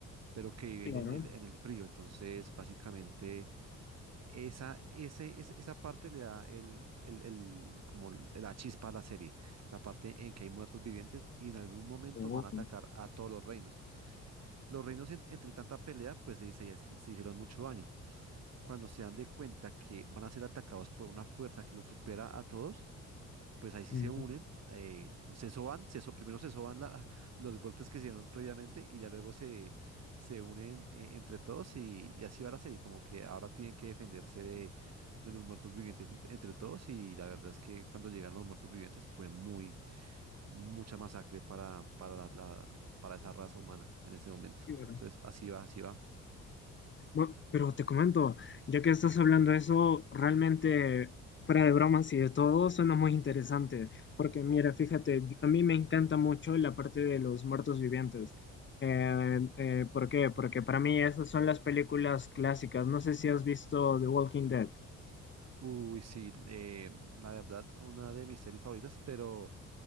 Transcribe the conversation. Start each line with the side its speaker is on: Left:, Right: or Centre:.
Right: pero que viven
Left: claro.
Right: en el, en el frío. Entonces, básicamente, esa, ese, es- esa parte le da el, el, el- como el- la chispa a la serie, la parte en que hay muertos vivientes y en algún momento
Left: Oh,
Right: van a atacar a todos los reinos. Los reinos, en- entre tanta pelea, pues se, se se hicieron mucho daño. Cuando se dan de cuenta que van a ser atacados por una fuerza que los supera a todos, pues ahí sí
Left: ujú,
Right: se unen, eh, se soban, se so- primero se soban la- <laughs> los golpes que se dieron previamente y ya luego se, se unen eh, entre todos y, y así va la serie, como que ahora tienen que defenderse de, de los muertos vivientes ent- entre todos y la verdad es que cuando llegaron los muertos vivientes fue muy mucha masacre para, para, la- la- para esa raza humana en ese momento.
Left: claro.
Right: Entonces, así va, así va.
Left: Bueno, pero te comento, ya que estás hablando de eso, realmente, fuera de bromas y de todo, suena muy interesante, porque mira, fíjate, yo- a mí me encanta mucho la parte de los muertos vivientes. Eh, eh, ¿por qué? Porque para mí esas son las películas clásicas. No sé si has visto The Walking Dead.
Right: Uy, sí, eh, la verdad, una de mis series favoritas, pero